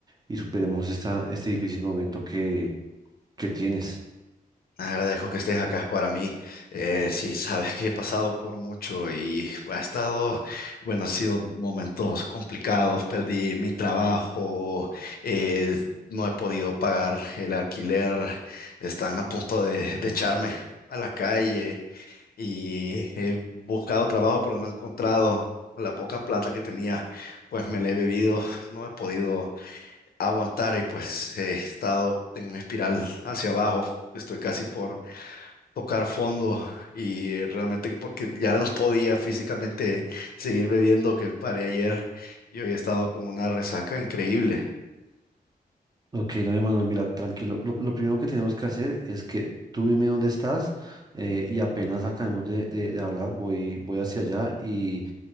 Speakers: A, on the right (about 25°); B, on the left (about 70°).
A: y superemos esta, este difícil momento que, que tienes.
B: Agradezco que estés acá para mí. Eh, sí, sabes que he pasado por mucho y ha estado, bueno, han sido momentos complicados. Perdí mi trabajo, eh, no he podido pagar el alquiler, están a punto de, de echarme a la calle y he buscado trabajo, pero no he encontrado. La poca plata que tenía, pues me la he bebido, no he podido aguantar y pues he estado en una espiral hacia abajo. Estoy casi por tocar fondo y realmente porque ya no podía físicamente seguir bebiendo que paré ayer y hoy he estado con una resaca increíble.
A: Ok, no, Emanuel, mira, tranquilo. Lo, lo primero que tenemos que hacer es que tú dime dónde estás eh, y apenas acabemos de, de- de hablar, voy, voy hacia allá y,